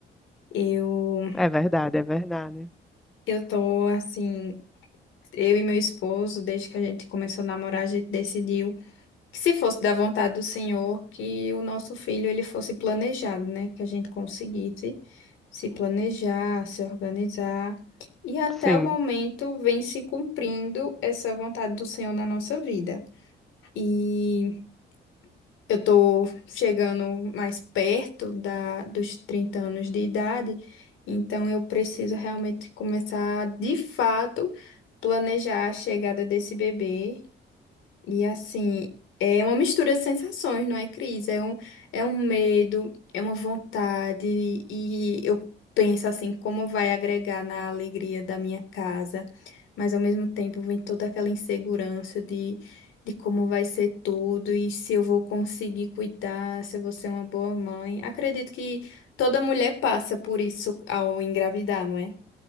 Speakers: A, on the left; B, in the centre.
A: Eu,
B: É verdade, é verdade.
A: eu tô assim, eu e meu esposo, desde que a gente começou a namorar, a gente decidiu. Que se fosse da vontade do Senhor, que o nosso filho ele fosse planejado, né? Que a gente conseguisse se planejar, se organizar. E até
B: Sim.
A: o momento vem se cumprindo essa vontade do Senhor na nossa vida. E eu tô chegando mais perto da, dos 30 anos de idade, então eu preciso realmente começar, de fato, planejar a chegada desse bebê e assim, é uma mistura de sensações, não é, Cris? É um, é um medo, é uma vontade, e eu penso assim, como vai agregar na alegria da minha casa, mas ao mesmo tempo vem toda aquela insegurança de, de como vai ser tudo e se eu vou conseguir cuidar, se eu vou ser uma boa mãe. Acredito que toda mulher passa por isso ao engravidar, não é?